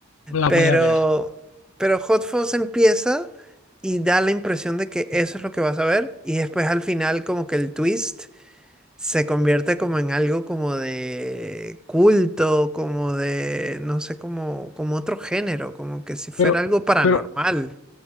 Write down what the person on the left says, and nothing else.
la
voy a ver.
Pero,
pero